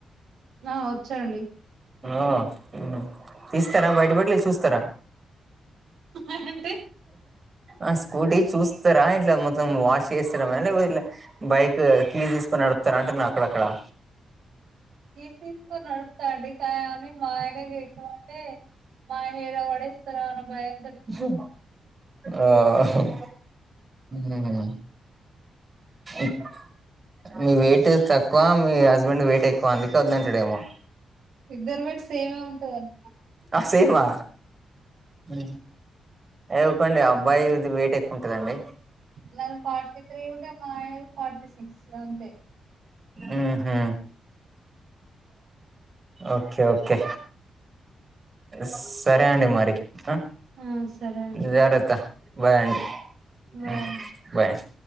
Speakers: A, on the right; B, on the right.
A: ఆ వచ్చండి
B: ఆ హు తీస్తరా బయటపడి లేక చూస్తరా
A: అంటే
B: ఆ స్కూటీ చూస్తరా ఇట్లా మొత్తం వాష్ చేస్తరా మల్ల లేకపోతే ఎట్లా బైకూ కీస్ తీసుకొని నడుపుతరా అంటున్నా అక్కడక్కడా
A: కీస్ తీసుకొని నడుపుతా అండి కానీ మా ఆయనకి ఎక్కుమంటే మా ఆయన ఏడపడేసితరో అన్న భయం
B: ఉహు ఆ అహుమ్ ఊ ఇప్ మీ వెయిటూ తక్కువా మీ హస్బెండ్ వెయిటు ఎక్కువా అందుకే వద్దంటడేమో
A: ఇద్దరు వెయిట్ సేమే అనుకోవాలి
B: అ సేమా ఊ ఏ ఊకోండి అబ్బాయిది వెయిట్ ఎక్కువ ఉంటదండి
A: నాది ఫార్టీ త్రీ ఉండే మా ఆయనది ఫార్టీ సిక్స్ అంతే
B: ఊహు ఓకే ఓకే స్సరే అండి మరి ఆ
A: ఆ సరే అండి
B: జారత్త బాయ్ అండి
A: బాయ్
B: ఉ బాయ్ అండి